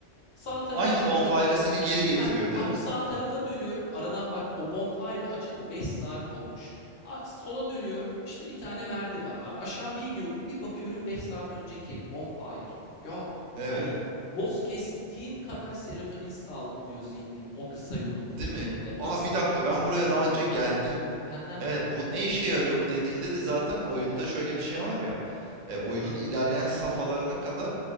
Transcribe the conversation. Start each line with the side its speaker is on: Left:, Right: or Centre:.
Left: Sağ tarafa
Right: aynı
Left: dönüyorum.
Right: bonfire'a seni geri getiriyor,
Left: Heh,
Right: değil
Left: abi
Right: mi?
Left: sağ tarafa dönüyorum. Aradan bak o bonfire'ı açalı 5 saat olmuş. A- Sola dönüyorum. İşte bir tane merdiven var. Aşağı bir iniyorum. Bir bakıyorum 5 saat önceki bonfire. Ya
Right: Evet.
Left: hani boz kestiğim kadar serotonin salgılıyor zihnim o kısa yolu
Right: Değil
Left: bulduğumda.
Right: mi? Aa
Left: Nasıl
Right: bir dakika
Left: abi?
Right: ben
Left: Nasıl
Right: buraya daha
Left: diyorum.
Right: önce geldim.
Left: Hı hı.
Right: Evet bu ne işe yarıyor bu dediğinde de zaten oyunda şöyle bir şey var ya. e, oyunun ilerleyen safhalarına kadar